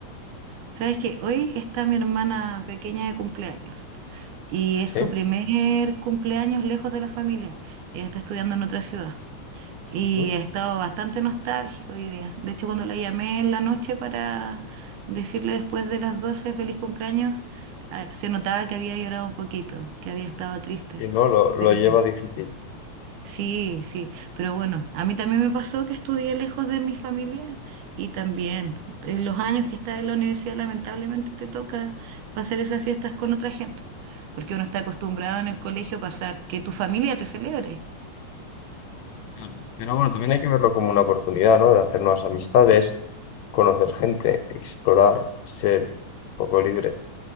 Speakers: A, on the right; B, on the left.
A: Sabes que hoy está mi hermana pequeña de cumpleaños y es
B: ¿sí?
A: su primer cumpleaños lejos de la familia. Ella está estudiando en otra ciudad y
B: Ujú.
A: he estado bastante nostálgico hoy día. De hecho, cuando la llamé en la noche para decirle después de las 12 feliz cumpleaños, ah, se notaba que había llorado un poquito, que había estado triste.
B: Y no, lo, lo
A: Pero
B: lleva difícil.
A: Sí, sí, pero bueno, a mí también me pasó que estudié lejos de mi familia y también en los años que estás en la universidad lamentablemente te toca pasar esas fiestas con otra gente, porque uno está acostumbrado en el colegio a pasar que tu familia te celebre.
B: Claro. Pero bueno, también hay que verlo como una oportunidad, ¿no? De hacer nuevas amistades, conocer gente, explorar, ser un poco libre.